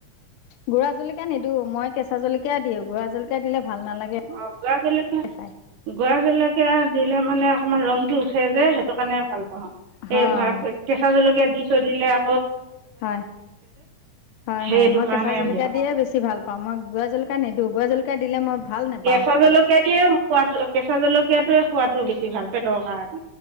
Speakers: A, on the left; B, on the right.
A: গুড়া জলকীয়া নিদো মই কেঁচা জলকীয়া দিও গুড়া জলকীয়া দিলে ভাল নালাগে
B: অ গুড়া জলকীয়া
A: খাই
B: গুড়া জলকীয়া দিলে মানে অকমান ৰংটো উঠে যে, সেইটো কাৰণে ভাল পাওঁ।
A: হয়
B: এ, ভা কেঁচা জলকীয়া দি থৈদিলে আ
A: হয়, হয়,
B: সেইটো
A: হয় মই
B: কাৰণে
A: কেঁচা জলকীয়া
B: বেয়া পাওঁ
A: দিয়ে বেছি ভাল পাওঁ। মই গুৰা জলকীয়া নেদো। গুৰা জলকীয়া দিলে, মই ভাল নেপাওঁ
B: কেঁচা জলকীয়া খোৱাতটো, কেঁচা জলকীয়াতোৱে খোৱাতটো বেছি ভাল পেটৰ কাৰণে।